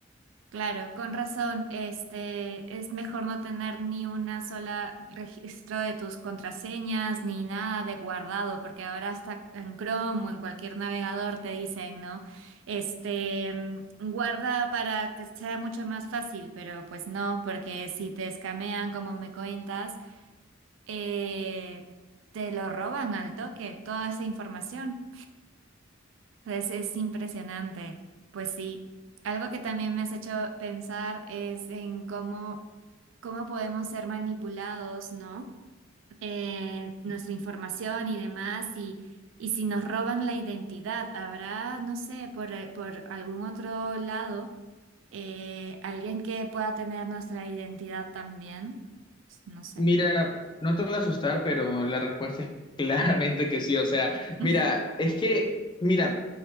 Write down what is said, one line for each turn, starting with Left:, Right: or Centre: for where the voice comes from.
Right: Claro, con razón. Este, es mejor no tener ni una sola registro de tus contraseñas ni nada de guardado, porque ahora hasta en Chrome o en cualquier navegador te dicen, ¿no? Este, mm, guarda para que sea mucho más fácil, pero pues no, porque si te escamean, como me cuentas, eh, te lo roban al toque, toda esa información. Es, es impresionante. Pues sí, algo que también me has hecho pensar es en cómo, cómo podemos ser manipulados, ¿no? Eh, nuestra información y demás, y, y si nos roban la identidad, habrá, no sé, por, eh, por algún otro lado, eh, alguien que pueda tener nuestra identidad también, no sé.
Left: Mira, no te voy a asustar, pero la respuesta es <laughs> claramente que sí. O sea,
Right: <laughs>
Left: mira, es que, mira,